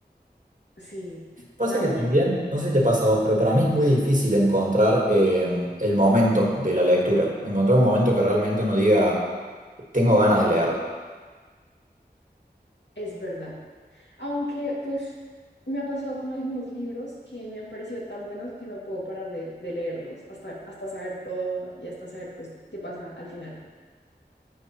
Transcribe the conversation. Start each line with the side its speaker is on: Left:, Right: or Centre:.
Left: sí,
Right: Pasa
Left: la verdad
Right: que también,
Left: que sí,
Right: no sé si te pasa a vos, pero para mí es muy difícil encontrar eh, el momento de la lectura, encontrar un momento que realmente uno diga, tengo ganas de leer.
Left: es verdad. Aunque pues me ha pasado con algunos libros que me han parecido tan buenos que no puedo parar de, de leerlos hasta, hasta saber todo y hasta saber pues qué pasa al final.